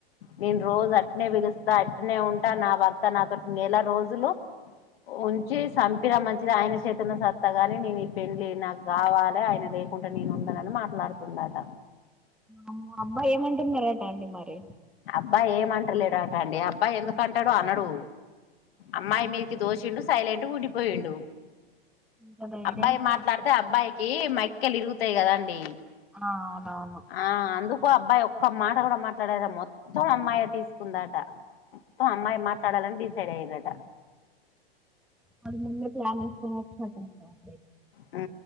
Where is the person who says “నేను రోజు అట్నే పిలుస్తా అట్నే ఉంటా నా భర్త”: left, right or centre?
Left